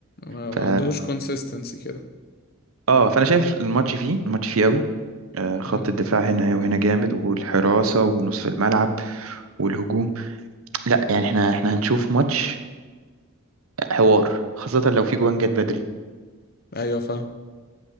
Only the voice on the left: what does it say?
ما,
ما عندهوش كونسيستنسي كده
مم.
ايوه فاهم